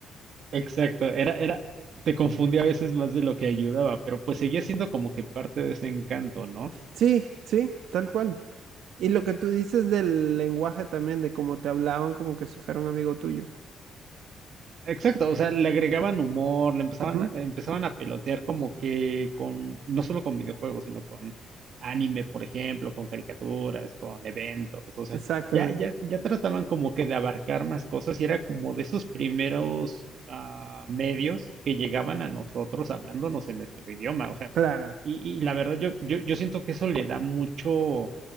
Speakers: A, on the right (about 60°); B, on the right (about 75°).
A: exacto, era, era, eh, te confundía a veces más de lo que ayudaba, pero pues seguía siendo como que parte de ese encanto, ¿no?
B: Sí, sí, tal cual. Y lo que tú dices del lenguaje también, de cómo te hablaban como que si fuera un amigo tuyo.
A: Exacto, o sea, le agregaban humor, le empezaban
B: Ujú,
A: a, empezaban a pelotear como que con, no solo con videojuegos, sino con anime, por ejemplo, con caricaturas, con eventos, o sea,
B: Exactamente.
A: ya, ya, ya trataban como que de abarcar más cosas y era como de esos primeros ah, medios que llegaban a nosotros hablándonos en nuestro idioma, o sea,
B: Claro.
A: y, y la verdad yo, yo, yo siento que eso le da mucho,